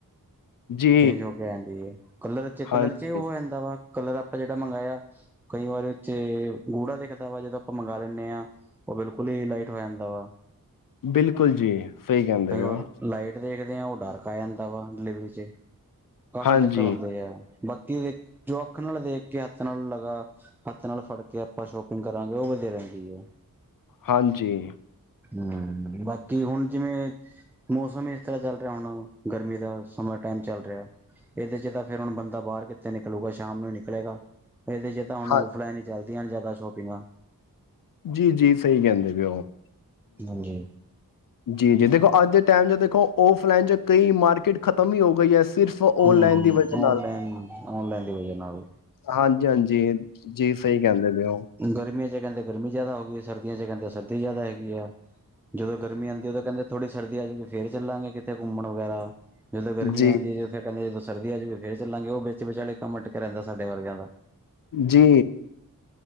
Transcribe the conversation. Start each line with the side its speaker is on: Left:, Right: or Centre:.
Left: ਜੀ
Centre: ਚੇਂਜ ਹੋ ਕੇ ਆ ਜਾਂਦੀ ਹੈ ਕਲਰ ਕਲਰ
Left: ਹਾਂਜੀ
Centre: ਚੇ ਹੋ ਯਾਂਦਾ ਵਾ? ਕਲਰ ਆਪਾਂ ਜਿਹੜਾ ਮੰਗਾਇਆ, ਕਈ ਵਾਰੀ ਚੇ ਗੂੜਾ ਦਿਖਦਾ ਵਾ, ਜਦੋਂ ਆਪਾਂ ਮੰਗਾ ਲੈਂਣੇ ਆ, ਉਹ ਬਿਲਕੁਲ ਹੀ ਲਾਈਟ ਹੋ ਜਾਂਦਾ ਵਾ।
Left: ਬਿਲਕੁਲ ਜੀ, ਸਹੀ ਕਹਿੰਦੇ
Centre: ਕਈ ਵਾਰ
Left: ਹੋ।
Centre: ਲਾਈਟ ਦੇਖਦੇ ਹਾਂ ਉਹ ਡਾਰਕ ਆ ਜਾਂਦਾ ਵਾ, ਡਿਲੀਵਰੀ ਚ। ਕਾਫ਼ੀ
Left: ਹਾਂਜੀ
Centre: ਚੱਕਰ ਹੁੰਦੇ ਆ। ਬਾਕੀ ਵੇਖ ਜੋ ਅੱਖ ਨਾਲ ਦੇਖ ਕੇ, ਹੱਥ ਨਾਲ ਲਗਾ ਹੱਥ ਨਾਲ ਫੜ ਕੇ ਆਪਾਂ ਸ਼ੋਪਿੰਗ ਕਰਾਂਗੇ ਉਹ ਵਧੀਆ ਰਹਿੰਦੀ ਹੈ।
Left: ਹਾਂਜੀ।
Centre: ਹਮ ਬਾਕੀ ਹੁਣ ਜਿਵੇਂ ਮੌਸਮ ਇਸ ਤਰ੍ਹਾਂ ਚੱਲ ਰਿਹਾ ਹੁਣ ਗਰਮੀ ਦਾ, ਸਮਾਂ ਟਾਈਮ ਚੱਲ ਰਿਹਾ ਇਹਦੇ ਚ ਤਾਂ ਫਿਰ ਹੁਣ ਬੰ ਦਾ ਬਾਹਰ ਕਿੱਥੇ ਨਿਕਲੂਗਾ ਸ਼ਾਮ ਨੂੰ ਨਿਕਲੇਗਾ। ਇਹਦੇ ਚ ਤਾਂ ਹੁਣ
Left: ਹਾਂ
Centre: ਆਫਲਾਈਨ ਇਹ ਚਲ ਦੀਆ ਜ਼ਿਆਦਾ ਸ਼ੋਪਿੰਗਾਂ।
Left: ਜੀ-ਜੀ ਸਹੀ ਕਹਿੰਦੇ ਪਏ ਉਹ।
Centre: ਹਾਂਜੀ।
Left: ਜੀ-ਜੀ ਦੇਖੋ ਅੱਜ ਦੇ ਟਾਈਮ ਚ ਦੇਖੋ, ਔਫਲਾਈਨ ਚ ਕਈ ਮਾਰਕੀਟ ਖਤਮ ਹੀ ਹੋ ਗਈ ਹੈ। ਸਿਰਫ ਔਨਲਾਈਨ
Centre: ਹਮ
Left: ਦੀ ਵਜ੍ਹਾ
Centre: ਓਨਲਾਈਨ-ਓਨਲਾਈਨ
Left: ਨਾਲ
Centre: ਦੀ ਵਜਾ ਨਾਲ,
Left: ਹਾਂਜੀ-ਹਾਂਜੀ, ਜੀ ਸਹੀ ਕਹਿੰਦੇ ਪਏ ਓ।
Centre: ਗਰਮੀਆਂ ਚ ਕਹਿੰਦੇ ਗਰਮੀ ਜਿਆਦਾ ਹੋ ਗਈ। ਸਰਦੀਆਂ ਚ ਕਹਿੰਦੇ ਸਰਦੀ ਜ਼ਿਆਦਾ ਹੈਗੀ ਆ। ਜਦੋਂ ਗਰਮੀ ਆਂਦੀ, ਉਦੋਂ ਕਹਿੰਦੇ ਥੋੜ੍ਹੀ ਸਰਦੀ ਆ ਜੂਗੀ ਫੇਰ ਚੱਲਾਂਗੇ ਕਿਤੇ ਘੁੰਮਣ ਵਗੈਰਾ। ਜਦੋਂ ਗਰਮੀ
Left: ਜੀ,
Centre: ਆਉਂਦੀ ਹੈ ਜਦ ਕਹਿੰਦੇ ਜਦੋਂ ਸਰਦੀ ਆ ਜੂਗੀ ਫੇਰ ਚੱਲਾਂਗੇ, ਉਹ ਵਿੱਚ ਵਿਚਾਲੇ ਕੰਮ ਅਟਕਿਆ ਰਹਿੰਦਾ ਸਾਡੇ ਵਰਗਿਆਂ ਦਾ।
Left: ਜੀ।